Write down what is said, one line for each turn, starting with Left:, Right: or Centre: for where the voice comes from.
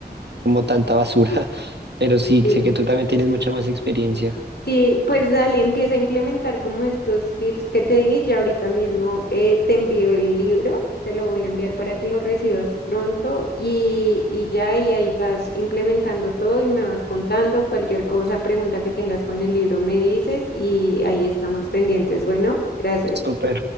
Right: como tanta basura. <laughs> Pero sí,
Left: Sí.
Right: sé que tú también tienes mucha más experiencia.
Left: Sí, pues dale, empieza a implementar como estos tips que te di. Ya ahorita mismo eh, te envío el libro, te lo voy a enviar para que lo recibas pronto y, y ya y ahí vas implementando todo y me vas contando cualquier cosa, pregunta que tengas con el libro, me dices y ahí estamos pendientes. Bueno, gracias.
Right: Súper.